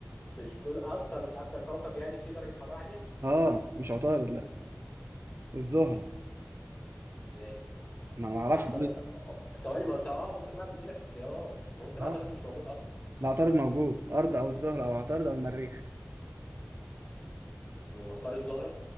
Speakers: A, on the left (about 30°); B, on the right (about 60°).
A: مش بتقول اكتر اكتر كوكب يعني فيه درجة حرارة عالية
B: اه مش عطارد لا الزهره
A: ازاي
B: ما انا ما اعرفش
A: ده عطارد أ- أ- أ- ثواني ما انت اه ممكن بقى مديلك اختيارات ممكن
B: اه
A: عطارد مش موجود اصلا
B: لا عطارد موجود ارض او الزهره او عطارد او المريخ
A: ومختار الزهرة